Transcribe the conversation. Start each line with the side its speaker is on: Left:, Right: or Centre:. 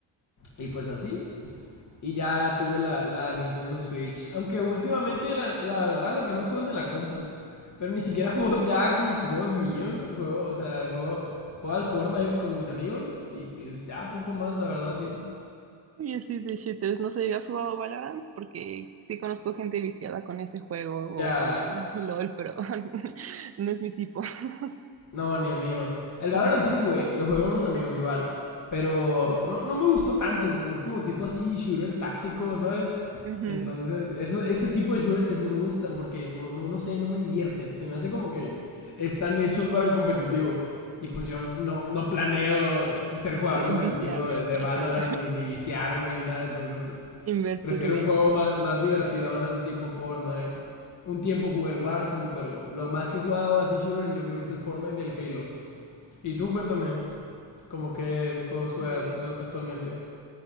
Left: Y pues así. Y ya tuve la, la Nintendo Switch. Aunque últimamente, la, la verdad, lo que más juego es en la compu. Pero ni siquiera <laughs> juegos, ya como que juegos míos. Juego, o sea, juego, juego al Fortnite con mis amigos. Y pues ya poco más, la verdad. y
Right: Y así de shooters. No sé, ¿has jugado Valorant? Porque sí conozco gente viciada con ese juego
Left: ya
Right: o con el LOL, pero <laughs> no es mi tipo. <laughs>
Left: No, ni el mío. El Valorant
Right: No.
Left: sí lo jugué, lo jugué con unos amigos igual. Pero no, no me gustó tanto, porque es como tipo así shooter táctico, ¿sabes?
Right: Ujú.
Left: Entonces, eso, ese tipo de shooters casi no me gustan, porque no, no, no sé, no me divierten. Se me hace como que están hechos para el competitivo. Y pues yo no, no planeo ser jugador
Right: Sí,
Left: competitivo
Right: viciar.
Left: de,
Right: <laughs>
Left: de
Right: Ajá.
Left: Valorant, ni, ni viciarme, ni nada. Entonces, pues
Right: Invertirle.
Left: Prefiero un juego más, más divertidón, así tipo Fortnite. Un tiempo jugué el Warzone, pero lo más que he jugado así shooters yo creo que es el Fortnite y el Halo. Y tú cuéntame, ¿cómo qué juegos
Right: A
Left: juegas
Right: ver.
Left: actualmente?